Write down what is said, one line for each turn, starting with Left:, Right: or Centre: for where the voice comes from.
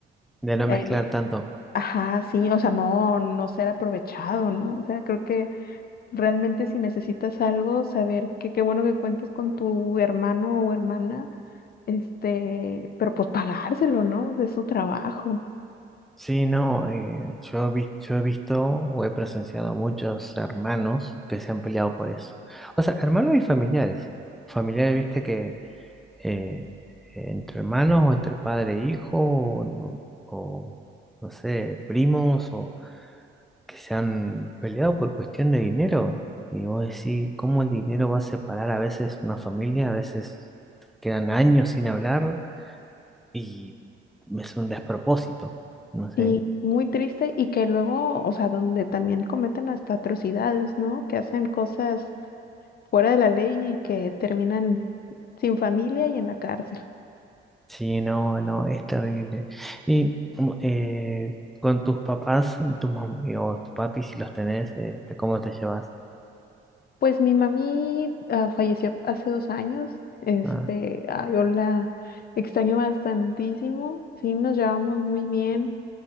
Centre: de no
Left: eh,
Centre: mezclar tanto.
Left: ajá, sí, o sea, no, no ser aprovechado, ¿no? O sea, creo que Realmente si necesitas algo, saber que qué bueno que cuentas con tu hermano o hermana, este, pero pues pagárselo, ¿no? De su trabajo.
Centre: Sí, no, eh, yo, vi- yo he visto o he presenciado muchos hermanos que se han peleado por eso. O sea, hermanos y familiares. Familiares, viste, que eh, entre hermanos o entre padre e hijo o, no o, no sé, primos o que se han peleado por cuestión de dinero. Y vos decís, ¿cómo el dinero va a separar a veces una familia? A veces quedan años sin hablar y es un despropósito. No sé,
Left: Y muy triste y que luego, o sea, donde también cometen hasta atrocidades, ¿no? Que hacen cosas fuera de la ley y que terminan sin familia y en la cárcel.
Centre: sí, no, no, es terrible. Y mm, eh, con tus papás y tus mam- y- o tus papis, si los tenés, eh, ¿cómo te llevas?
Left: Pues mi mami ah, falleció hace dos años, este,
Centre: Ah,
Left: ah, yo la extraño bastantísimo, sí, nos llevamos muy bien.